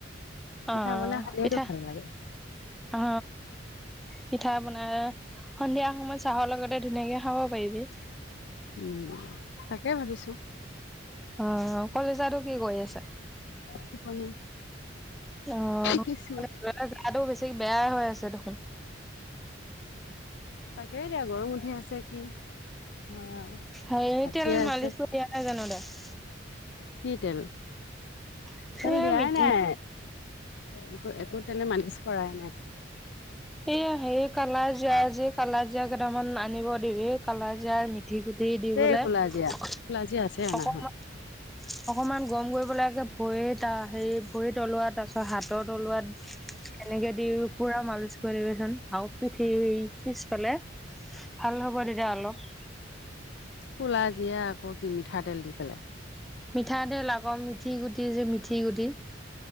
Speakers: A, on the left (about 65°); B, in the centre.
A: পিঠা
B: অ'
A: বনাই খালেইতো
B: পিঠা
A: ভাল লাগে।
B: অ। পিঠা বনাই সন্ধিয়া সময়ত চাহৰ লগতে ধুনীয়াকে খাব পাৰিবি।
A: উম তাকে ভাবিছো।
B: অ কলিজাতো কি কৰি আছে?
A: টোপনি।
B: অ'
A: কৃষ্ণ।
B: <unintelligible> গাটো বেছি বেয়ায়ে হৈ আছে দেখোন।
A: তাকে এতিয়া গৰম উঠি আছে কি হয় আও।
B: <unintelligible>
A: হাচিয়ে
B: তেল মালিচ
A: আছে
B: কৰি দিয়া নাই জানো তাক?
A: কি তেল?
B: তাই?
A: তেল দিয়াই নাই।
B: এ
A: একো একো তেলে মালিচ কৰাই নাই।
B: এইয়া হেৰি কালাজিৰা যি কালা জিৰা কেইটামান আনিব। দিবি কালা জিৰা মিথি গুটি দি
A: এই
B: বোলে
A: ক'লা জীয়া
B: অকমান
A: ক'লা জীয়া আছে অনা হয়
B: অকমান গৰম কৰিব পেলাই যে ভৰিত আহ হেৰি ভৰি তলুৱাত <unintelligible> হাতৰ তলুৱাত এনেকে দি পুৰা মালিছ কৰিবাচোন হাও পিঠিৰ পিছফালে ভাল হ'ব তেতিয়া অলপ।
A: কলা জিৰা আকৌ কি মিঠাতেল দি পেলাই।
B: মিঠাতেল আকৌ মিঠি গুটি যে মিঠি গুটি।